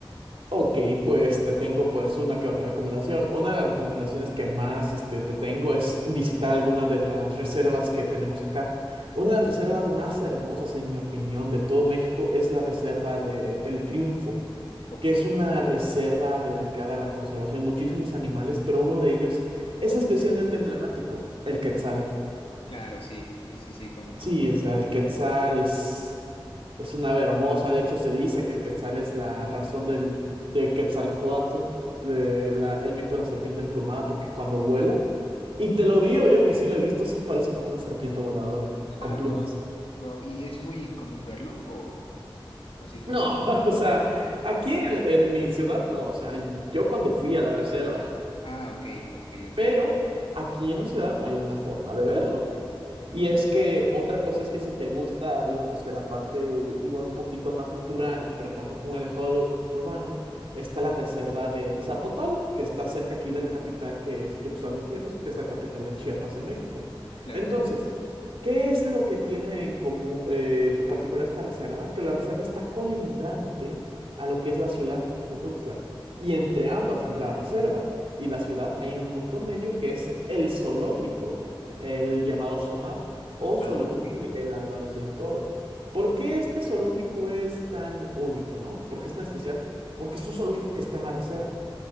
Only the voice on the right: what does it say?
Ok, pues te tengo pues una que otra recomendación. Una de las recomendaciones que más este, te tengo es visitar alguna de las reservas que tenemos acá. Una de las reservas más hermosas, en mi opinión, de todo México es la reserva de El Triunfo,
que es una reserva dedicada a la conservación de muchísimos animales, pero uno de ellos es especialmente emblemático, el quetzal.
Sí, o sea, el quetzal es... Es una ave hermosa, de hecho se dice que el quetzal es la razón del, de Quetzalcóatl, de la- el mito de la serpiente emplumada, porque cuando vuela, y te lo digo yo que sí lo he visto, sí parece como una serpiente voladora, con
plumas.
No, <laughs> o sea, aquí en, en mi ciudad no, o sea, yo cuando fui a la reserva,
pero
aquí en mi ciudad hay una forma de verlo. Y es que
otra cosa es que si te gusta, digamos que la parte igual un poquito más natural, pero tampoco muy alejado de lo urbano, está la reserva del Zapotal, que está cerca aquí de la capital, que es Tuxtla Gutiérrez, que es la capital de Chiapas en México.
Entonces, ¿qué es lo que tiene en común, eh, de particular esta reserva? Que la reserva está colindante a lo que es la ciudad de Tuxtla. Y entre ambas, entre la reserva y la ciudad, hay un punto medio que es el zoológico el llamado SOMAT o Zoológico
Miguel Álvarez del Toro. ¿Por qué este zoológico es tan único, no? ¿Por qué es tan especial? Porque es un zoológico que está en la reserva.